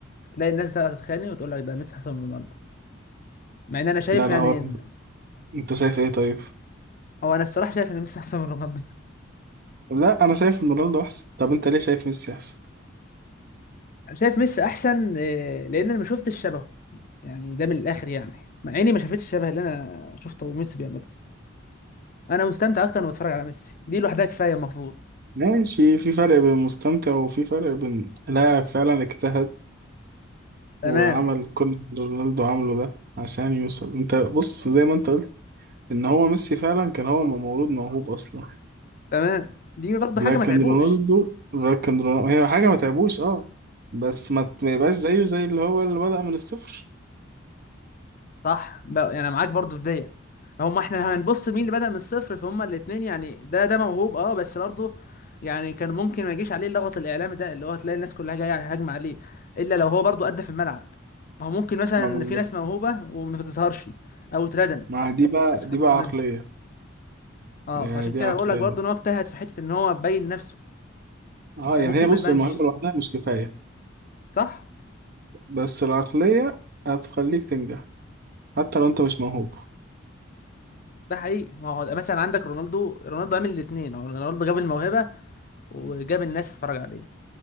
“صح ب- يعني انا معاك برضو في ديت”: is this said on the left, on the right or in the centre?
Left